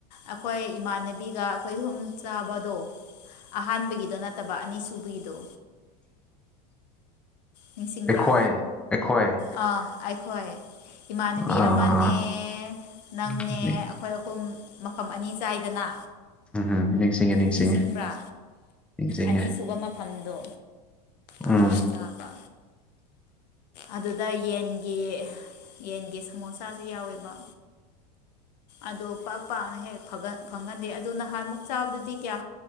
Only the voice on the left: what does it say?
ꯑꯩꯈꯣꯏ ꯏꯃꯥꯟꯅꯕꯤꯒ ꯑꯩꯈꯣꯏ ꯍꯨꯝ ꯆꯥꯕꯗꯣ ꯑꯍꯥꯟꯕꯒꯤꯗꯣ ꯅꯠꯇꯕ ꯑꯅꯤ ꯁꯨꯕꯒꯤꯗꯣ
ꯅꯤꯡꯁꯤꯡꯕ꯭ꯔꯥ
ꯑꯥ ꯑꯩꯈꯣꯏ ꯏꯃꯥꯟꯅꯕꯤ
ꯑꯃꯅꯦ ꯅꯪꯅꯦ
ꯑꯩꯈꯣꯏ ꯑꯍꯨꯝ ꯃꯐꯝ ꯑꯅꯤ ꯆꯥꯏꯗꯅ
ꯅꯤꯡꯁꯤꯡꯕ꯭ꯔꯥ
ꯑꯅꯤꯁꯨꯕ ꯃꯐꯝꯗꯣ
ꯑꯗꯨꯗ ꯆꯥꯕ
ꯑꯗꯨꯗ ꯌꯦꯟꯒꯤ ꯌꯦꯟꯒꯤ ꯁꯃꯣꯁꯥꯁꯨ ꯌꯥꯎꯋꯦꯕ ꯑꯗꯣ ꯄꯥꯛ ꯄꯥꯛꯅ ꯍꯦꯛ ꯐꯪꯒꯟꯗꯦ ꯑꯗꯨ ꯅꯍꯥꯟꯃꯨꯛ ꯆꯥꯕꯗꯗꯤ ꯀꯌꯥ